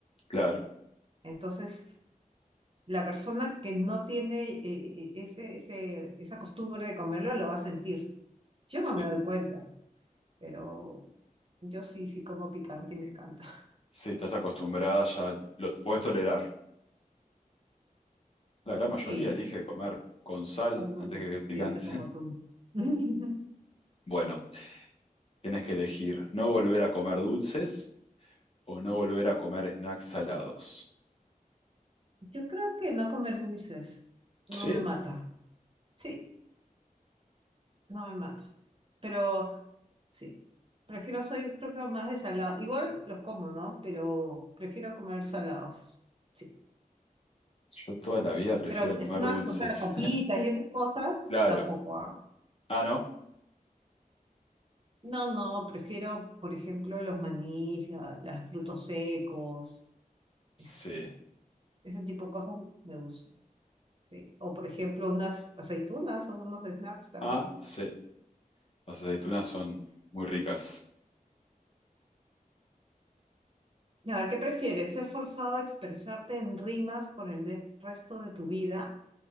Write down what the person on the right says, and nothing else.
Entonces, la persona que no tiene eh, eh, ese, ese, esa costumbre de comerlo lo va a sentir. Yo
no me doy cuenta, pero yo sí, sí como picante y me encanta.
Sí,
todo el mundo
piensa como
tú. <laughs>
Yo creo que no comer dulces no
me mata. Sí, no me mata. Pero sí, prefiero, soy creo que más de salado. Igual los como, ¿no? Pero prefiero comer salados. Sí.
Pero
snacks,
o sea, papitas y esas cosas,
tampoco, ¿ah?
No, no, prefiero, por ejemplo, los manís, la- las frutos secos,
este, ese tipo de cosas me gusta. Sí. O por ejemplo, unas aceitunas o unos snacks también.
A ver, ¿qué prefieres? ¿Ser forzado a expresarte en rimas por el de- resto de tu vida